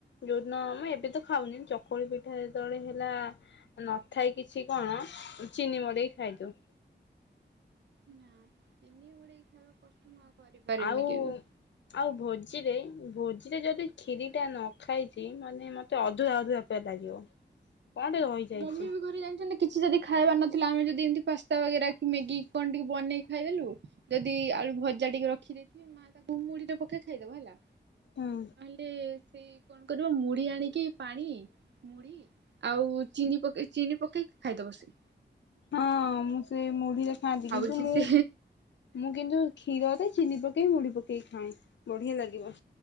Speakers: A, on the left; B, on the right.
A: ଯୋଉଦିନ ମୁଁ ଏବେ ତ ଖାଉନି ଚକୁଳି ପିଠା ଯେତେବେଳେ ହେଲା। ନଥାଏ କିଛି କଣ ଚିନି ଉଁ ମଡ଼େଇ ଖାଇଦୋଉ।
B: ନା ଚିନି ବୁଡ଼େଇକି ଖାଇବା କଷ୍ଟ ମୁଁ ଆଉ କରିପାରିବିନି
A: ଆଉ
B: କେବେ।
A: ଆଉ ଭୋଜିରେ ଭୋଜିରେ ଯଦି କ୍ଷିରିଟା ନ ଖାଇଚି ମାନେ ମତେ ଅଧୁରା ଅଧୁରା ପ୍ରାୟ ଲାଗିବ। କଣ ଟେ ରହିଯାଇଛି।
B: ମମି ବି ଘରେ ଜାଣିଛନ୍ତି କିଛି ଯଦି ଖାଇବା ନଥିଲା ଆମେ ଯଦି ଏମିତି ପାସ୍ତା ବଗେରା କି ମ୍ୟାଗି କଣ ଟିକେ ବନେଇକି ଖାଇଦେଲୁ। ଯଦି ଆଳୁ ଭଜା ଟିକେ ରଖିଦେଇଥିବି ମା ତାକୁ ମୁଢ଼ୀରେ ପକେଇ ଖାଇଦବ ହେଲା।
A: ହୁଁ।
B: ଏ ସେଇ କଣ କରିବ ମୁଢ଼ି ଆଣିକି ପାଣି ମୁଢ଼ି ଆଉ ଚିନି ପକେଇ ଚିନି ପକେଇକି ଖାଇଦବ ସେ।
A: ହଁ ମୁଁ ସେ ମୁଢ଼ିରେ ଖାଆନ୍ତି
B: ଖାଉଛି
A: କିନ୍ତୁ ମୁଁ
B: ସେ
A: ମୁଁ କିନ୍ତୁ କ୍ଷୀରରେ ଚିନି ପକେଇ ମୁଢ଼ି ପକେଇ ଖାଏ ବଢ଼ିଆ ଲାଗିବ।